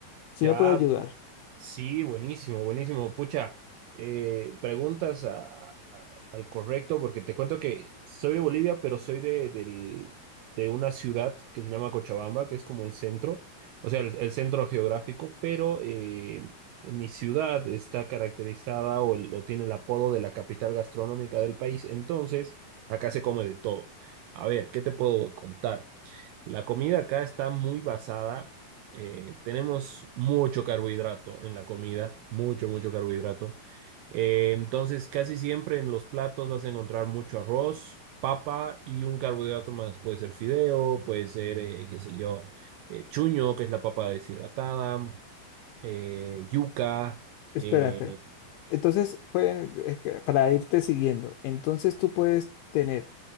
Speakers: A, on the left; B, on the right.
A: ¿Sí
B: Ya,
A: me puede ayudar?
B: bu- sí, buenísimo, buenísimo. Pucha, eh, preguntas a- a- al correcto porque te cuento que soy de Bolivia, pero soy de, del- de una ciudad que se llama Cochabamba, que es como el centro, o sea, el, el centro geográfico, pero eh, mi ciudad está caracterizada o, el- o tiene el apodo de la capital gastronómica del país. Entonces, acá se come de todo. A ver, ¿qué te puedo contar? La comida acá está muy basada, eh, tenemos mucho carbohidrato en la comida, mucho, mucho carbohidrato. Eh, entonces, casi siempre en los platos vas a encontrar mucho arroz, papa y un carbohidrato más. Puede ser fideo, puede ser, eh, qué sé yo, eh, chuño, que es la papa deshidratada, eh, yuca,
A: Espera,
B: eh,
A: espera. Entonces, pueden, es que para irte siguiendo, entonces tú puedes tener